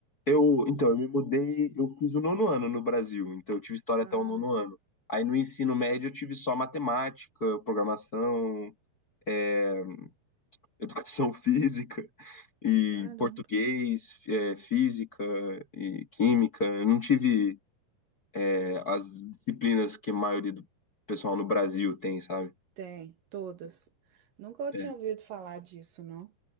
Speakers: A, on the left; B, on the right.
A: eu, então, eu me mudei, eu fiz o nono ano no Brasil, então eu tive história
B: Ah,
A: até o nono ano. Aí no ensino médio eu tive só matemática, programação, é, educação <laughs> física e
B: caramba.
A: português, é, física e química. Eu não tive É, as disciplinas que a maioria do pessoal no Brasil tem, sabe?
B: Tem, todas. Nunca eu
A: É.
B: tinha ouvido falar disso, não.